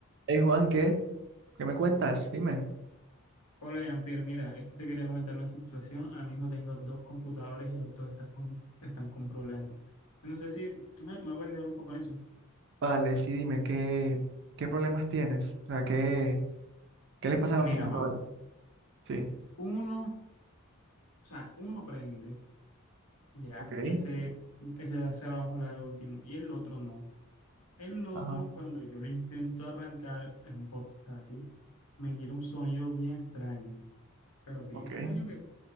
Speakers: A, on the right; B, on the left.
A: Hey Juan, ¿qué? ¿Qué me cuentas? Dime.
B: Hola, Jean-Pierre. Mira, es que te quería comentar una situación. Ahora mismo tengo dos computadores y los dos están con, están con problemas. Yo No sé si ah, tú me puedes ayudar un poco en eso.
A: Vale, sí, dime, ¿qué, qué problemas tienes? O sea, ¿qué, qué les pasa a los
B: Mira,
A: computadores?
B: man,
A: Sí,
B: uno, o sea, uno prende, ya,
A: ok,
B: ese, ese, ese vamos a hablar de último, y el otro no. El otro,
A: ajá,
B: cuando yo lo intento arrancar, es un portátil, me tira un sonido bien extraño, pero bien
A: ok.
B: extraño que